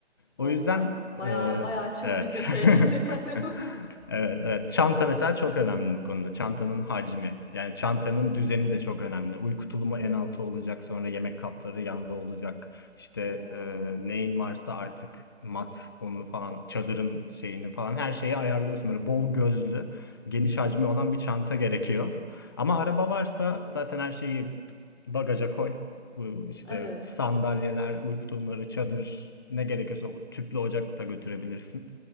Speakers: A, on the left; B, on the left.
A: O
B: O yüzden
A: sen bayağı
B: eee,
A: bayağı çılgınca
B: evet.
A: şeyler
B: <laughs>
A: <laughs> yani.
B: Evet, evet. Çanta mesela
A: <laughs>
B: çok önemli bu konuda. Çantanın hacmi. Yani çantanın
A: Hmm.
B: düzeni de çok önemli. Uyku tulumu en altı olacak. Sonra yemek kapları yanda olacak. İşte
A: Oo.
B: eee, neyin varsa artık mat onu falan çadırın şeyini falan her şeyi ayarlıyorsun. Böyle bol gözlü geniş hacmi olan bir çanta gerekiyor. Ama araba varsa zaten her şeyi bagaja koy. Bu işte
A: Evet.
B: sandalyeler, uyku tulumları, çadır ne gerekiyorsa o tüplü ocak da götürebilirsin.